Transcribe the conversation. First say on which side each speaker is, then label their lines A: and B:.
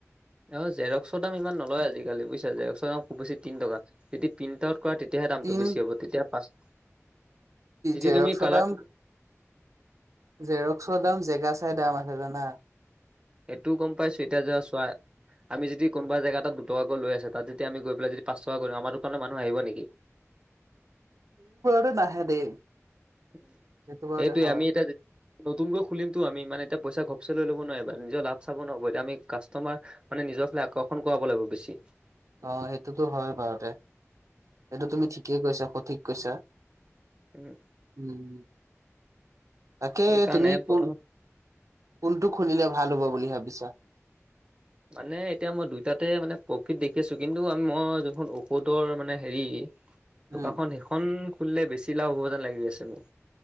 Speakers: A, on the right (about 20°); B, on the right (about 80°).
A: অ জেৰক্সৰ দাম ইমান নলয় আজিকালি বুজিছা, জেৰক্সৰ দাম খুব বেছি তিন টকা যদি প্ৰিন্টত কৰা তেতিয়াহে দামটো
B: তিন
A: বেছি হ'ব তেতিয়া পাঁচ যদি
B: জেৰক্সৰ
A: তুমি কালাৰ
B: দাম জেৰক্সৰ দাম জেগা চা ন <inaudible>
A: সেইটোও গম পাই চুৱেটাৰ জ চোৱা? আমি যদি কোনোবা জেগা এটাত দুটকাকৈ লৈ আছে, তাত যদি আমি গৈ পেলাই যদি পাঁচ টকা কৰি দিম আমাৰ দোকানৰ মানুহ আহিব নেকি? <inaudible>
B: এৰিবৰে নাহে দেই।
A: উম
B: সেইটো বাৰতে
A: সেইটোয়ে
B: হয়
A: আমি এতিয়া, নতুনকৈ খুলিমতো আমি মানে এতিয়া পইচা গম পিছত লৈ ল'ব নোৱাৰিবা, নিজৰ লাভ চাব নোৱাৰিবা, এতিয়া আমি কাষ্টমাৰ মানে নিজক লৈ আকৰ্ষণ কৰাব লাগিব বেছি।
B: অ সেইটোতো হয় বাৰুতে, সেইটো
A: উম,
B: তুমি ঠিকেই কৈছা সঠিক কৈছা।
A: উম,
B: উম। তাকে
A: সেইকাৰণে
B: তুমি কোন
A: প্ৰথম
B: কোনটো খুলিলে ভাল হ'ব বুলি ভাবিছা?
A: মানে এতিয়া মই দুইটাতে মানে প্ৰফিট দেখি আছোঁ কিন্তু আমি মই যোনখন ঔষধৰ মানে হেৰি
B: উম
A: দোকানখন সেইখন খুলিলে বেছি লাভ হ'ব যেন লাগি আছে মোক।